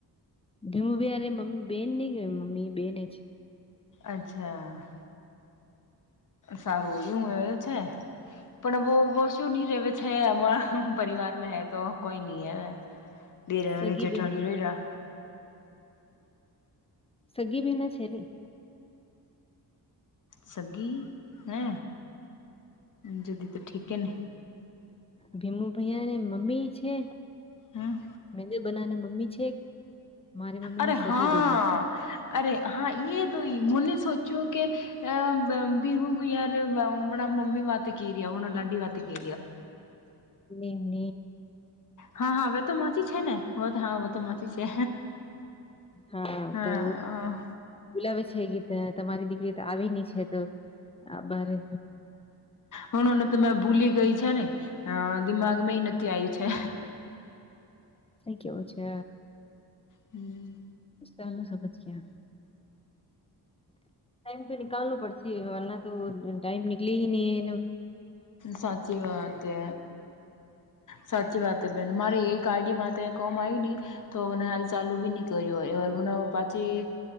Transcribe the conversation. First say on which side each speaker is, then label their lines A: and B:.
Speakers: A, on the left (about 15°); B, on the left (about 50°).
A: ભીવું ભીયારે મમ્મી બેન નહી કે મમ્મી બેને છે.
B: અચ્છા. સારું એવું હોવે છે પણ બોવ બોશોની રેવે છે અમાર પરિવાર મે હૈ તો કોઈ નઈ હૈ ડેરાની
A: સગી
B: જેઠાણી રયરા
A: સગીબી ના છે ની
B: સગી હે જદી તો ઠીકેને
A: ભીમુ ભૈયા ને મમ્મી છે
B: હમ
A: મેંદ બના ને મમ્મી છે. મારી મમ્મી
B: અરે
A: નું સગી
B: હા
A: બહેનો છે
B: અરે હા તોોઈ મને સોચ્યો કે આ ભીમું યાર મમી વાત ક રહ્યા હના લ અડી વાત કે
A: એ ન
B: હા હા હવે તો માચી છે ને હો તો હા તો માચી છે.
A: હા
B: હા
A: તો. બોલાવે છે ગીત તમારી દીકરી તો આવી ન છે તો આ બરે
B: હણને તમે ભૂલી ગઈ છે ને અ દિમાગ મે એ નથી આવી. છે.
A: અ કેવો છે.
B: હમ.
A: પહેલું સજ ગ ટાઈમ તો નનીાલવું પડશે એના તો ટાઈમ નીકળે નહી એ
B: સાચી વાત હ સાચી વાત બેન મારે એક કાડી મા કોમ આવ્યું નહી તો મને હાલ ચાલુ બી નહી કર્યું મ પાછી